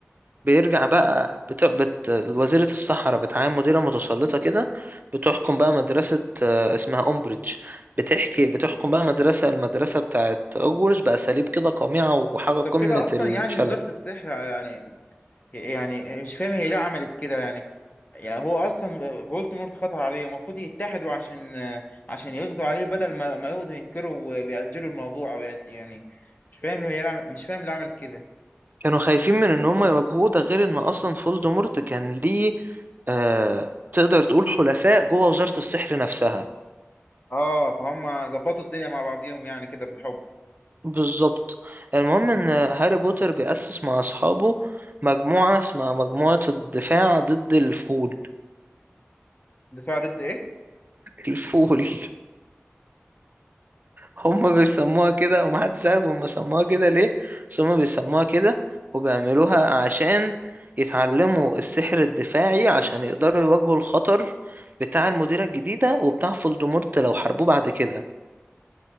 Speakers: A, on the right (about 45°); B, on the left (about 40°).
A: بيرجع بقى بت... بت... وزيرة الصحراء بتعين مديرة متسلطة كده بتحكم بقى مدرسة آه، اسمها أمبريدج بتحكي بتحكم بقى مدرسة المدرسة بتاعت هوجورتس بأساليب كده قميعة وحاجة
B: طب
A: قمة
B: كده اصلا
A: الشلل
B: يعني وزارة السحر يعني يعني مش فاهم هي ليه عملت كده يعني يعني هو اصلا فولتمورت خطر عليه المفروض يتحدوا عشان عشان يقضوا عليه بدل ما ما يقضوا ينكروا ويأجلوا الموضوع او يأج- يعني مش فاهم هي لعم- مش فاهم اللي عملت كده
A: كانوا خايفين من ان هم يواجهوه ده غير ان اصلا فولدمورت كان ليه آه... تقدر تقول حلفاء جوه وزارة السحر نفسها
B: اه فهم ظبطوا الدنيا مع بعضيهم يعني كده بالحب
A: بالظبط المهم ان هاري بوتر بيأسس مع اصحابه مجموعة اسمها مجموعة الدفاع ضد الفول
B: دفاع ضد ايه
A: الفول <laughs> هم بيسموها كده ومحدش عارف هم سموها كده ليه بس هم بيسموها كده وبيعملوها عشان يتعلموا السحر الدفاعي عشان يقدروا يواجهوا الخطر بتاع المديرة الجديدة وبتاع فولدمورت لو حاربوه بعد كده